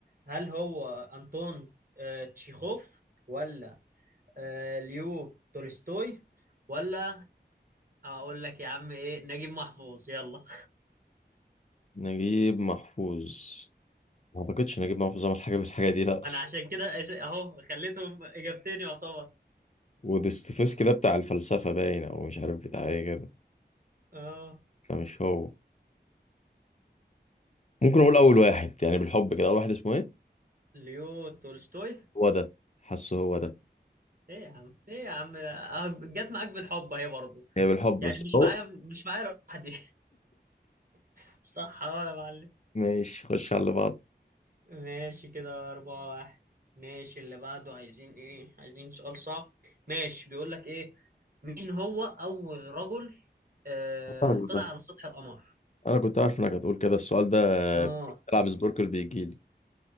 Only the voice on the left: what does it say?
نجيب محفوظ ما اعتقدش نجيب محفوظ عمل حاجه بالحاجه
دي لا
ودوستويفسكي ده بتاع الفلسفه باين او مش عارف بتاع ايه كده
فمش هو ممكن اقول اول واحد يعني بالحب كده اول واحد اسمه ايه
هو ده حاسه هو ده
هي بالحب بس
هو
ماشي خش على اللي بعض
سهل
ده
انا كنت عارف انك هتقول كده السؤال ده
بتلعب
سبوركل بيجيلي